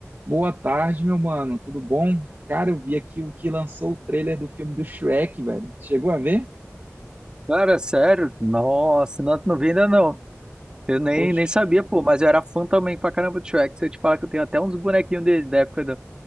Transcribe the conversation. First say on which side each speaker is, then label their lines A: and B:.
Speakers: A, on the right (about 40°); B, on the right (about 20°).
A: Boa tarde, meu mano. Tudo bom? Cara, eu vi aqui o que lançou o trailer do filme do Shrek, velho. Chegou a ver?
B: Cara, sério? Nossa, não, não vi ainda não. Eu nem,
A: Poxa,
B: nem sabia, pô, mas eu era fã também pra caramba do Shrek. Se eu te falar que eu tenho até uns bonequinhos dele da época do,